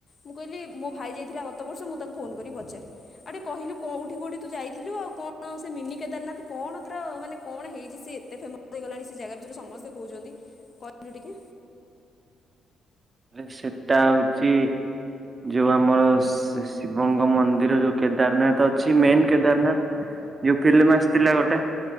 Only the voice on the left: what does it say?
ମୁଁ କହିଲି ମୋ ଭାଇ ଯାଇଥିଲା ଗତବର୍ଷ ମୁଁ ତାକୁ ଫୋନ କରି ପଚାରେ ଆଉ ଟିକେ କହିଲୁ କୋଉଠି କୋଉଠି ତୁ ଯାଇଥିଲୁ ଆଉ କଣ ସେ ମିନି କେଦାରନାଥ କଣ ତାର ମାନେ କଣ ହେଇଚି ସେ ଏତେ ଫେମସ ହେଇଗଲାଣି ସେ ଜାଗା ବିଷୟରେ ସମସ୍ତେ କହୁଛନ୍ତି, କହିଲୁ ଟିକେ।